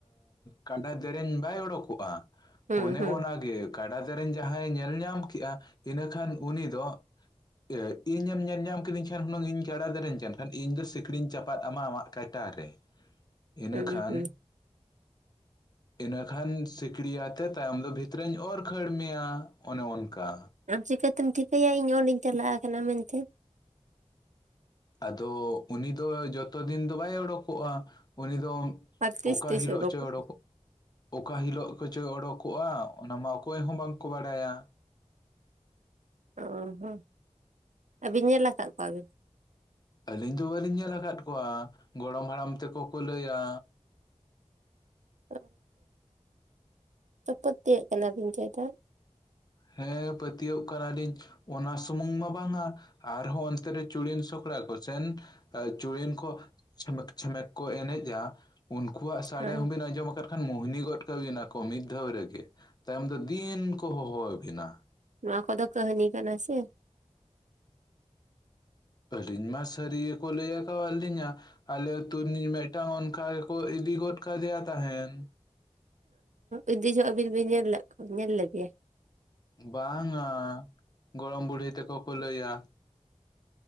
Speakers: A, on the left; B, on the right.
A: ᱠᱟᱰᱟ ᱫᱮᱨᱮᱧ ᱵᱟᱭ ᱚᱰᱚᱠᱚᱜ-ᱟ
B: ᱦᱩᱸ
A: ᱚᱱᱮ
B: ᱦᱩᱸ
A: ᱚᱱᱟᱜᱮ᱾ ᱠᱟᱰᱟ ᱫᱮᱨᱮᱧ ᱡᱟᱦᱟᱸᱭᱮ ᱧᱮᱞ ᱧᱟᱢ ᱠᱮᱜᱼᱟ ᱤᱱᱟᱹᱠᱷᱟᱱ ᱩᱱᱤ ᱫᱚ ᱮᱹᱻ ᱤᱧᱮᱢ ᱧᱮᱞᱧᱟᱢ <unintelligible> ᱤᱧ ᱠᱷᱟᱱ ᱦᱩᱱᱟᱹᱝ ᱤᱧ ᱠᱟᱰᱟ ᱫᱮᱨᱮᱧ ᱠᱟᱱ ᱠᱷᱟᱱ ᱤᱧ ᱫᱚ ᱥᱤᱠᱲᱤᱧ ᱪᱟᱯᱟᱫ ᱟᱢᱟ ᱟᱢᱟᱜ ᱠᱟᱴᱟ ᱨᱮ᱾ ᱤᱱᱟᱹ
B: ᱦᱩᱸ
A: ᱠᱷᱟᱱ
B: ᱦᱩᱸ
A: ᱤᱱᱟᱹ ᱠᱷᱟᱱ ᱥᱤᱠᱲᱤᱭᱟᱛᱮᱫ ᱛᱟᱭᱚᱢ ᱫᱚ ᱵᱷᱤᱛᱨᱟᱹᱧ ᱚᱨ ᱠᱷᱟᱹᱲ ᱢᱮᱭᱟ ᱚᱱᱮ ᱚᱱᱠᱟ᱾
B: ᱟᱢ ᱪᱤᱠᱟᱹᱛᱮᱢ ᱴᱷᱤᱠᱟᱹᱭᱟ ᱤᱧ ᱚᱸᱰᱮᱧ ᱪᱟᱞᱟᱣ ᱠᱟᱱᱟ ᱢᱮᱱᱛᱮ?
A: ᱟᱫᱚ ᱩᱱᱤ ᱫᱚ ᱡᱚᱛᱚ ᱫᱤᱱ ᱫᱚ ᱵᱟᱭ ᱚᱰᱚᱠᱚᱜ-ᱟ᱾ ᱩᱱᱤ ᱫᱚ
B: ᱟᱨ ᱛᱤᱥ
A: ᱚᱠᱟ
B: ᱛᱤᱥ
A: ᱦᱤᱞᱳᱜ
B: ᱩᱰᱩᱠᱚᱜ
A: ᱪᱚᱭ ᱚᱰᱚᱠᱚᱜ ᱚᱠᱟ ᱦᱤᱞᱳᱜ ᱠᱚ ᱪᱚᱭ ᱚᱰᱚᱠᱚᱜ-ᱟ ᱚᱱᱟ ᱢᱟ ᱚᱠᱚᱭ ᱦᱚᱸ ᱵᱟᱝᱠᱚ ᱵᱟᱲᱟᱭᱟ᱾
B: ᱚ ᱦᱚᱸ, ᱟᱹᱵᱤᱱ ᱧᱮᱞ ᱟᱠᱟᱜ ᱠᱚᱣᱟ ᱵᱤᱱ?
A: ᱟᱹᱞᱤᱧ ᱫᱚ ᱵᱟᱹᱞᱤᱧ ᱧᱮᱞ ᱟᱠᱟᱫ ᱠᱚᱣᱟ ᱜᱚᱲᱚᱢ ᱦᱟᱲᱟᱢ ᱛᱟᱠᱚ ᱠᱚ ᱞᱟᱹᱭᱟ᱾
B: <inaudible> ᱛᱚ ᱯᱟᱹᱛᱤᱭᱟᱜ ᱠᱟᱱᱟ ᱵᱤᱱ ᱪᱮᱫᱟ?
A: ᱦᱮᱸ ᱯᱟᱹᱛᱤᱭᱟᱹᱜ ᱠᱟᱱᱟᱞᱤᱧ ᱚᱱᱟ ᱥᱩᱢᱩᱝ ᱢᱟ ᱵᱟᱝᱟ ᱟᱨᱦᱚᱸ ᱚᱱᱛᱮ ᱨᱮ ᱪᱩᱲᱤᱱ ᱥᱚᱠᱲᱟ ᱠᱚᱥᱮᱱ ᱟ ᱪᱩᱲᱤᱱ ᱠᱚ ᱪᱷᱮᱢᱮᱠ ᱪᱷᱮᱢᱮᱠ ᱠᱚ ᱮᱱᱮᱡᱟ ᱟ, ᱩᱱᱠᱩᱣᱟᱜ ᱥᱟᱰᱮ
B: ᱦᱮᱸ
A: ᱦᱚᱸᱵᱤᱱ ᱟᱸᱡᱚᱢ ᱟᱠᱟᱫ ᱠᱷᱟᱱ ᱢᱩᱦᱱᱤ ᱜᱚᱫ ᱠᱟᱹᱵᱤᱱᱟ ᱠᱚ ᱢᱤᱫ ᱫᱷᱟᱹᱣ ᱨᱮᱜᱮ᱾ ᱛᱟᱭᱚᱢ ᱫᱚ ᱫᱤᱱ ᱠᱚ ᱦᱚᱦᱚᱣ ᱟᱹᱵᱤᱱᱟ,
B: ᱱᱚᱣᱟ ᱠᱚᱫᱚ ᱠᱟᱹᱦᱱᱤ ᱠᱟᱱᱟ ᱥᱮ?
A: ᱟᱹᱞᱤᱧ ᱢᱟ ᱥᱟᱹᱨᱤ ᱜᱮᱠᱚ ᱞᱟᱹᱭ ᱟᱠᱟᱣ ᱞᱤᱧᱟ᱾ ᱟᱞᱮ ᱟᱛᱩᱨ ᱱᱤᱡ ᱢᱮᱜᱴᱟᱝ ᱚᱱᱠᱟ ᱜᱮᱠᱚ ᱤᱫᱤ ᱜᱚᱫ ᱠᱟᱫᱮᱭᱟ ᱛᱟᱦᱮᱱ,
B: ᱤᱫᱤ ᱡᱚᱦᱚᱜ ᱟᱹᱵᱤᱱ ᱵᱤᱱ ᱧᱮᱞ ᱞᱮᱜ ᱠᱚᱣᱟ ᱧᱮᱞ ᱞᱮᱫᱮᱭᱟ?
A: ᱵᱟᱝᱟ ᱜᱚᱲᱚᱢ ᱵᱩᱲᱦᱤ ᱛᱮᱠᱚ ᱠᱚ ᱞᱟᱹᱭᱟ᱾